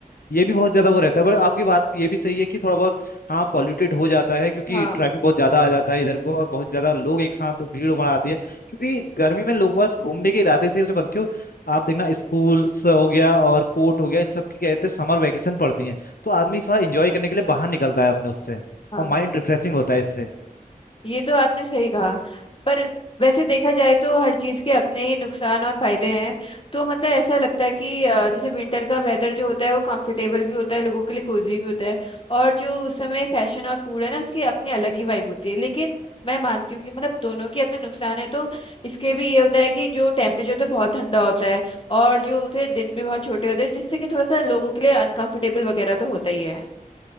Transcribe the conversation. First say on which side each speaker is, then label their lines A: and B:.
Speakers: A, on the left; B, on the left.
A: ये भी बहुत ज्यादा वो रहता है पर आपकी बात ये भी सही है कि थोड़ा बहुत हाँ पॉल्यूटेड हो जाता है क्योंकि
B: हाँ
A: ट्रैफिक बहुत ज्यादा आ जाता है इधर को और बहुत ज्यादा लोग एक साथ तो भीड़ उमड़ आती है क्योंकि गर्मी में लोग बस घूमने के इरादे से उसे बंद क्यों आप देखना स्कूल्स हो गया और कोर्ट हो गया इन सब की कहते हैं समर वैकेशन पड़ती है तो आदमी थोड़ा इंजॉय करने के लिए बाहर निकलता है अपने उससे
B: हाँ
A: और माइंड रिफ्रेशिंग होता है इससे
B: ये तो आपने सही कहा पर वैसे देखा जाए तो हर चीज़ के अपने ही नुकसान और फायदे हैं तो मतलब ऐसा लगता है कि अ, जैसे विंटर का वेदर जो होता है वो कंफर्टेबल भी होता है लोगों के लिए कोजी भी होता है और जो उस समय फैशन और फूड है ना उसकी अपनी अलग ही वाइब होती है लेकिन मैं मानती हूँ कि मतलब दोनों के अपने नुकसान है तो इसके भी ये होता है कि जो टेम्परेचर होता है बहुत ठंडा होता है और जो होते हैं दिन भी बहुत छोटे होते हैं जिससे कि थोड़ा सा लोगों के लिए अनकंफर्टेबल वगैरह तो होता ही है